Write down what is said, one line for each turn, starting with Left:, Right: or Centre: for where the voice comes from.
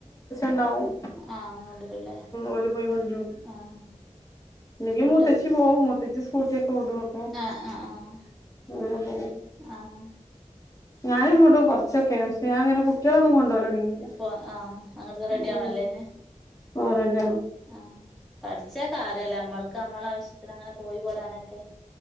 Left: ണ്ടാവും
Centre: ആഹ് കൊണ്ടരൂല്ലേ
Left: ഓര് പോയികൊൺടരും
Centre: ഉം ആഹ്
Left: ല്ലങ്കി
Centre: ഫുഡ്
Left: മൂത്തച്ചി പോവും മൂത്തച്ചി സ് ടു അപ്പൊ
Centre: ആഹ് ആഹ് ആഹ്
Left: അങ്ങനെ പോവും.
Centre: ആഹ്
Left: ഞാനും കൂടും കൊറച്ചൊക്കെ പക്ഷെ ഞാൻങ്ങനെ കുട്ടികളൊന്നും കൊണ്ടോവലൊടങ്ങിയില്ല
Centre: പോ ആഹ് അങ്ങടത്തെ റെഡി
Left: ഉം
Centre: ആവണല്ലേ അയിന്
Left: ഓരൊക്കെയാണ്
Centre: ആഹ്. പഠിച്ച കാര്യല്ലേ നമ്മൾക്ക് നമ്മള ആവശ്യത്തിന് അങ്ങനെ പോയി പോരാനൊക്കെ കെ